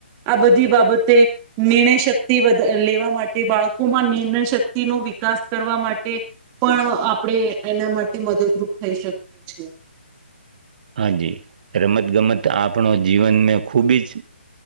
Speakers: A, on the right; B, on the right.
A: આ બધી બાબતે, નિર્ણય શક્તિ વધ લેવા માટે બાળકોમાં નિર્ણય શક્તિ નો વિકાસ કરવા માટે પણ આપણે એના માટે મદદરૂપ થઈ શકીએ છે.
B: હાજી રમતગમત આપણો જીવનને ખૂબી જ